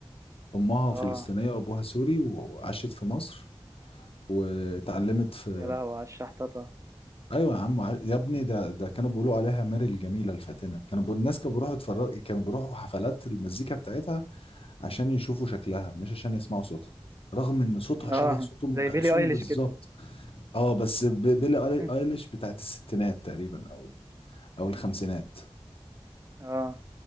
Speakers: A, on the left (about 65°); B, on the right (about 30°).
A: أمها
B: اه
A: فلسطينية وأبوها سوري وعاشت في مصر وتعلمت في
B: يا لهوي على الشحططة
A: أيوة يا عم ع- يا ابني ده ده كانوا بيقولوا عليها ماري الجميلة الفاتنة كانوا بيقول- الناس كانوا بيروحوا يتفرج كانوا بيروحوا حفلات المزيكا بتاعتها عشان يشوفوا شكلها مش عشان يسمعوا صوتها رغم ان صوتها شبه
B: اه
A: صوت ام
B: زي
A: كلثوم
B: بيلي ايليش
A: بالظبط
B: كده
A: اه بس ب- بيلي
B: <laughs>
A: ايليش بتاعت الستينات تقريبا او او الخمسينات
B: اه